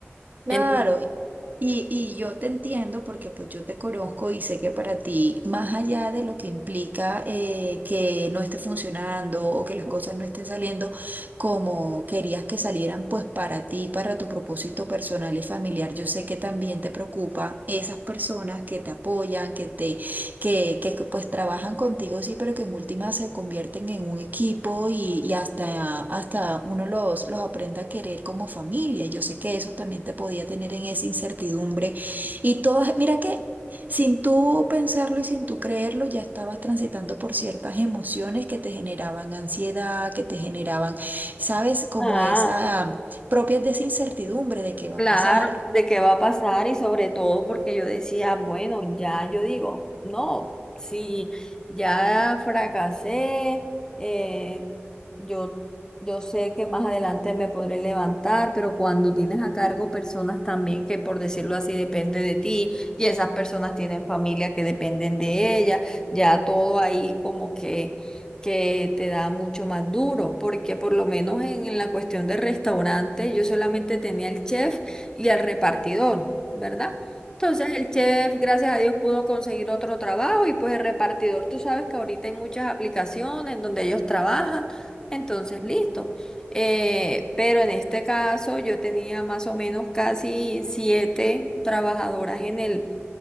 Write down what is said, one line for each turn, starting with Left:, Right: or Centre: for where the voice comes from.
Right: Claro,
Left: Entonces,
Right: y, y yo te entiendo porque pues yo te conozco y sé que para ti, más allá de lo que implica eh, que no esté funcionando o que las cosas no estén saliendo como querías que salieran, pues para ti, para tu propósito personal y familiar, yo sé que también te preocupa esas personas que te apoyan, que te que, que pues trabajan contigo, sí, pero que en última se convierten en un equipo y, y hasta, hasta uno los, los aprende a querer como familia. Yo sé que eso también te podía tener en esa incertidumbre. Y todas, mira que sin tú pensarlo y sin tú creerlo, ya estabas transitando por ciertas emociones que te generaban ansiedad, que te generaban, ¿sabes? Como
Left: Ah,
Right: esa propias de esa incertidumbre de qué va
Left: Claro,
Right: a pasar.
Left: de qué va a pasar y sobre todo porque yo decía, bueno, ya yo digo, no, si ya fracasé, eh, yo, yo sé que más adelante me podré levantar, pero cuando tienes a cargo personas también que por decirlo así depende de ti y esas personas tienen familia que dependen de ellas, ya todo ahí como que... que te da mucho más duro, porque por lo menos en en la cuestión del restaurante yo solamente tenía el chef y al repartidor, ¿verdad? Entonces el chef, gracias a Dios, pudo conseguir otro trabajo y pues el repartidor, tú sabes que ahorita hay muchas aplicaciones donde ellos trabajan, entonces listo. Eh, pero en este caso yo tenía más o menos casi siete trabajadoras en el,